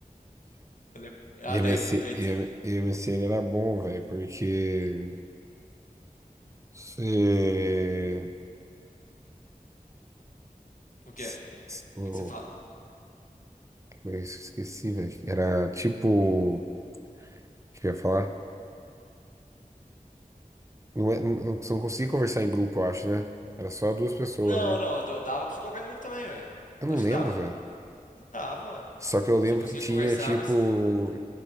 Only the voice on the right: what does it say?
IMS,
IM-
IMSN era bom, velho, porque... Se...
se-
se- Oh,
eu esqueci, velho. Era tipo... O que eu ia falar? Não, é, não, não você não conseguia conversar em grupo, eu acho, né? Era só duas pessoas,
né?
Eu
não lembro,
velho.
Só que eu lembro
que tinha,
tipo,